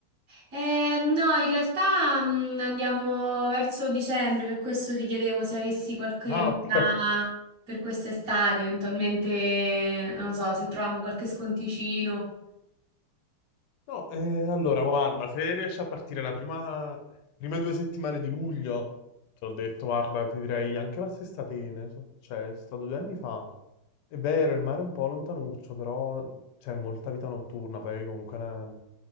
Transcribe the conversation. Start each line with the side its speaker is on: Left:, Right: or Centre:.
Right: Eh, no, in realtà mm, andiamo verso dicembre, per questo ti chiedevo se avessi qualche
Left: Ah,
Right: meta
Left: ok.
Right: per quest'estate, eventualmente, non lo so, se troviamo qualche sconticino.
Left: No, eh, allora guarda, se riesci a partire la prima, prime due settimane di luglio, ti ho detto, guarda, ti direi anche la stessa Atene, so- cioè è stato due anni fa. È vero, il mare è un po' lontanuccio, però c'è molta vita notturna, poi comunque è una,